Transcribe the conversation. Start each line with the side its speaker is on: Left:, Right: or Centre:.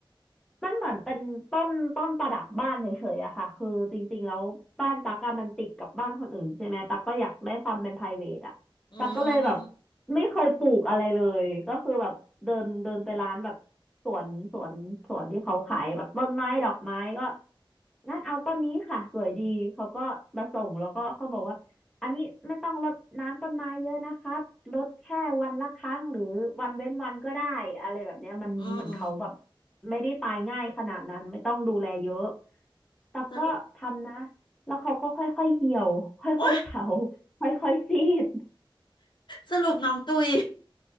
Centre: มันเหมือนเป็นต้นต้นประดับบ้านเฉยๆอะค่ะคือจริงๆแล้วบ้านตั๊กอะมันติดกับบ้านคนอื่นใช่ไหมตั๊กก็อยากได้ความเป็น private อะตั๊กก็เลยแบบ
Left: อืมอื
Centre: ไม่เคยปลูกอะไรเลยก็คือแบบเดินเดินไปร้านแบบสวนสวนสวนที่เขาขายแบบต้นไม้ดอกไม้ก็งั้นเอาต้นนี้ค่ะสวยดีเขาก็มาส่งแล้วก็เขาบอกว่า อันนี้ไม่ต้องรดน้ำต้นไม้เยอะนะครับรดแค่วันละครั้งหรือวันเว้นวันก็ได้อะไรแบบเนี้ยมันเหมือนเขาแบบ
Left: มอืม
Centre: ไม่ได้ตายง่ายขนาดนั้นไม่ต้องดูแลเยอะแต่ก็ทำนะ
Left: สรุป
Centre: แล้วเขาก็ค่อยๆเหี่ยวค่อยๆเฉา
Left: โอ๊ย
Centre: ค่อยๆซีด
Left: สรุปน้องตุย